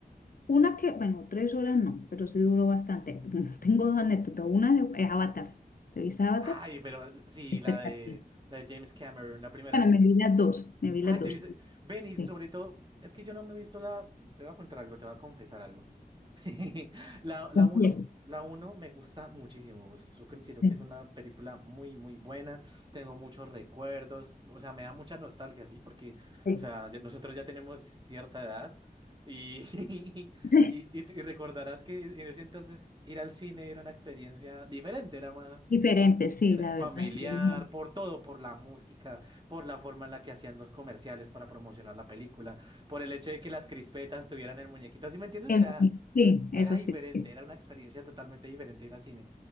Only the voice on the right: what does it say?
Ay, pero l- sí,
la de, la de James Cameron, la primera.
Ay,
te
viste.
Ven, y
sobre todo, es que yo no me he visto la. Te voy a contar algo, te voy a confesar algo. <laughs> La, la
uno la uno me gusta muchísimo. Yo considero
que es una película muy, muy buena. Tengo muchos recuerdos. O sea, me da mucha nostalgia, sí, porque,
o sea, ya- nosotros ya tenemos cierta edad. Y, <laughs> y,
y, y recordarás que en ese entonces ir al cine era una experiencia diferente, era más.
Era
familiar,
por todo, por la música, por la forma en la que hacían los comerciales para promocionar la película, por el hecho de que las crispetas tuvieran el muñequito, ¿sí me entiendes?
O sea,
era
diferente,
era una experiencia totalmente diferente ir al cine.